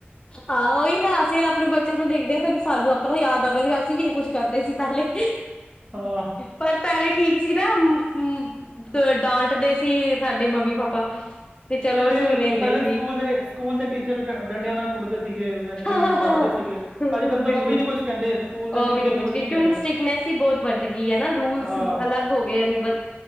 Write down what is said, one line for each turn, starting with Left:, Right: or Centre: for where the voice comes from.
Left: ਹਾਂ ਉਹੀ ਨਾ ਅਸੀਂ ਆਪਣੇ ਬੱਚਿਆਂ ਨੂੰ ਦੇਖਦੇ ਹਾਂ ਫਿਰ। ਸਾਨੂੰ ਆਪਣਾ ਯਾਦ ਆਉਂਦਾ ਸੀ। ਅਸੀਂ ਵੀ ਇਹੀ ਕੁੱਝ ਕਰਦੇ ਸੀ ਪਹਿਲੇ
Right: ਹਾਂ
Left: ਪਰ। ਪਹਿਲੇ ਠੀਕ ਸੀ ਨਾ ਡਾਂਟਦੇ ਸੀ ਸਾਡੇ ਮੰਮੀ ਪਾਪਾ। ਤੇ ਚਲੋ
Right: ਪਹਿਲੇ
Left: ਸੁਣ ਲੈਂਦੇ
Right: ਪਹਿਲੇ
Left: ਸੀ
Right: ਸਕੂਲ ਦੇ ਸਕੂਲ ਦੇ ਟੀਚਰ ਡੰਡਿਆਂ ਨਾਲ ਕੁੱਟਦੇ ਸੀ। ਸੀਗੇ ਯਾਨੀ ਕਿ
Left: ਹਮ
Right: ਮਾਰਦੇ ਸੀਗੇ, ਅੱਜ ਕੱਲ
Left: ਬਿਲਕੁਲ
Right: ਤਾਂ ਉਹ ਵੀ ਨੀ ਕੁਛ ਕਹਿੰਦੇ ਸਕੂਲ ਦੇ
Left: ਉਹ
Right: ਟੀਚਰ ਵੀ ਕੁਛ
Left: ਕਿਉਂਕਿ
Right: ਨੀ ਕਹਿੰਦੇ।
Left: ਹੁਣ ਸਟ੍ਰਿਕਨੈਸ ਬਹੁਤ ਵੱਧ ਗਈ ਹੈ ਨਾ ਰੂਲਸ
Right: ਹਾਂ
Left: ਅਲੱਗ ਹੋ ਗਏ ਨੇ।